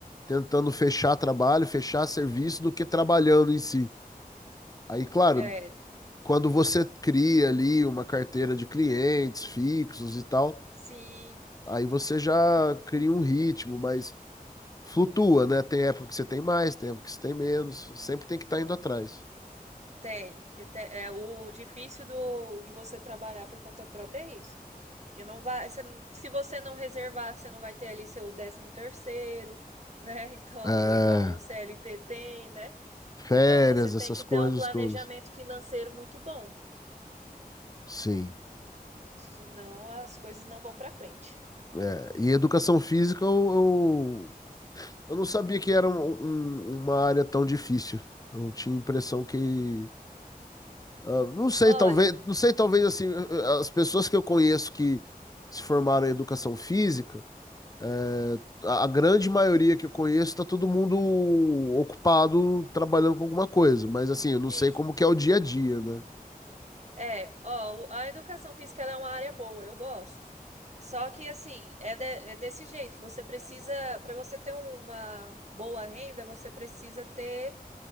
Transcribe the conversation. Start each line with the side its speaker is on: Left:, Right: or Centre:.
Left: tentando fechar trabalho, fechar serviço do que trabalhando em si. Aí, claro,
Right: é, tem-
Left: quando você cria ali uma carteira de clientes fixos e tal,
Right: sim,
Left: aí você já cria um ritmo, mas flutua, né? Tem época que você tem mais, tem época que você tem menos. Sempre tem que estar indo atrás.
Right: tem. Que te- é o difícil do, de você trabalhar por conta própria é isso. Porque não vai, você não- se você não reservar, você não vai ter ali seu décimo terceiro, né? <laughs> Então,
Left: É,
Right: igual um CLT tem, né?
Left: férias,
Right: Então você tem
Left: essas
Right: que
Left: coisas
Right: ter um planejamento
Left: todas.
Right: financeiro muito bom,
Left: Sim.
Right: que senão as coisas não vão para frente.
Left: É, E educação física, eu, eu, eu não sabia que era um- um- uma área tão difícil. Eu tinha a impressão que. ah, não sei,
Right: Olha,
Left: talvez, não sei, talvez assim, as pessoas que eu conheço que se formaram em educação física. É, A a grande maioria que eu conheço está todo mundo ocupado trabalhando com alguma coisa, mas assim, eu não
Right: sim,
Left: sei como que é o dia a dia, né?
Right: É, ó, o- a educação física ela é uma área boa, eu gosto. Só que assim, é, de- é desse jeito, você precisa, para você ter uma boa renda, você precisa ter